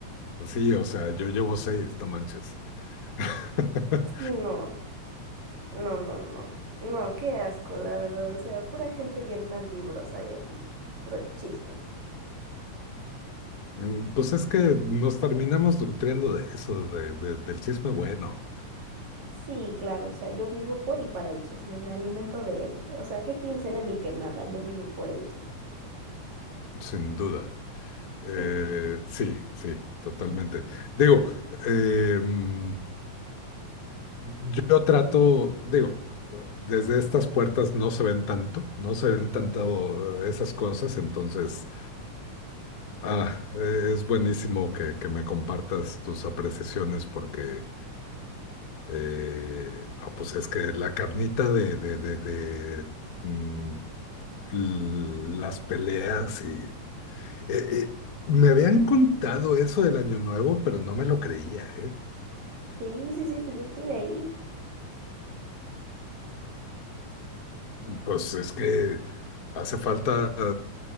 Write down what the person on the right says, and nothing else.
Sí, no. No, no, no. No, qué asco, la verdad. O sea, pura gente bien mal vibrosa hay aquí. Puro chisme.
Sí, claro, o sea, yo vivo por y para el chisme, me alimento de él. O sea, qué quincena ni que nada, yo vivo por el chisme.
<laughs>
Sí, sí, sí, pues yo estuve ahí.